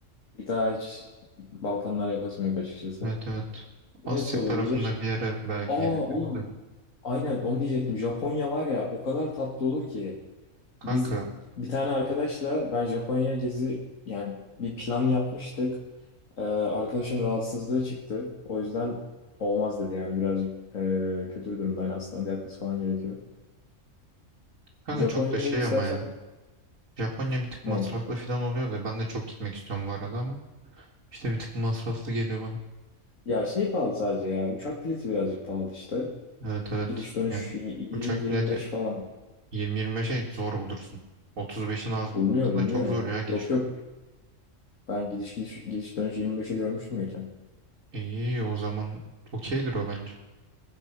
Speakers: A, on the left; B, on the right.
A: Bir daha hiç Balkanlar yapasım yok açıkçası.
B: Evet evet. Asya
A: Neresi olabilir?
B: tarafında bir yere belki
A: Aa
B: gidebiliriz
A: oğlum
B: de.
A: aynen onu diyecektim. Japonya var ya o kadar tatlı olur ki. Biz
B: Kanka,
A: bir tane arkadaşla ben Japonya gezi yani bir plan yapmıştık. Ee, arkadaşın rahatsızlığı çıktı. O yüzden olmaz dedi yani birazcık ee, kötü bir durumda. Hani hastanede yatması falan gerekiyor.
B: kanka
A: Japonya'ya
B: çok da şey
A: istersen
B: ama yani. Japonya bir tık
A: ne?
B: masraflı falan oluyor da ben de çok gitmek istiyorum bu arada ama. işte bir tık masraflı geliyor bana.
A: Ya şey pahalı sadece ya. Uçak bileti birazcık pahalı işte.
B: Evet evet.
A: Gidiş dönüş
B: Yani
A: y- 20-25
B: uçak bileti
A: falan
B: 20-25'e zor bulursun. 35'in altında
A: bulunuyor bulunuyor
B: çok zor
A: ya.
B: ya gidiş
A: Yok yok
B: dönemi.
A: ben gidiş gidiş, gidiş dönüş 25'e görmüştüm geçen.
B: İyi o zaman okeydir o bence.